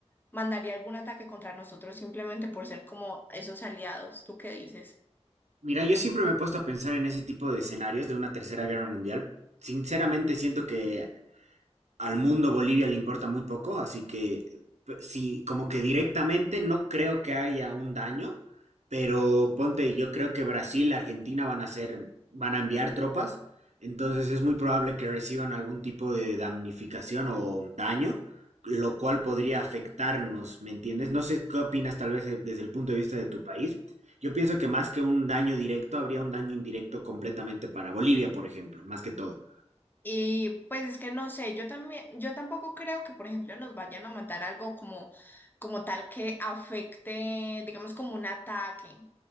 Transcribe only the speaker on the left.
mandaría algún ataque contra nosotros simplemente por ser como esos aliados. ¿Tú qué dices?
Y pues es que no sé, yo también, yo tampoco creo que, por ejemplo, nos vayan a mandar algo como, como tal que afecte, digamos, como un ataque,